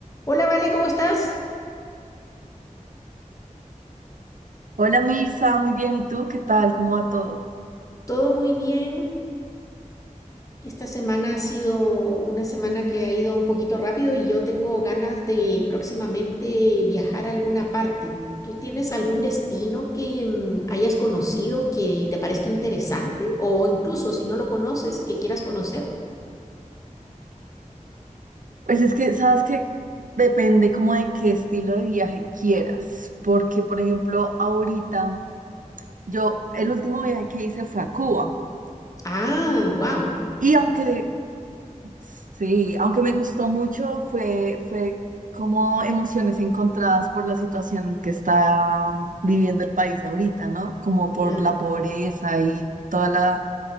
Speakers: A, on the left (about 25°); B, on the right (about 75°).
A: Hola, Vale, ¿cómo estás?
B: Hola Mirza, muy bien. ¿Y tú qué tal? ¿Cómo va todo?
A: Todo muy bien. Esta semana ha sido una semana que ha ido un poquito rápido y yo tengo ganas de próximamente viajar a alguna parte. ¿Tú tienes algún destino que mm, hayas conocido que te parezca interesante o incluso si no lo conoces, que quieras conocer?
B: Pues es que, sabes que depende como de qué estilo de viaje quieras, porque por ejemplo, ahorita yo el último viaje que hice fue a Cuba
A: Ah, wow.
B: y aunque sí, aunque me gustó mucho, fue, fue como emociones encontradas por la situación que está viviendo el país ahorita, ¿no? Como por
A: Claro,
B: la pobreza y toda la,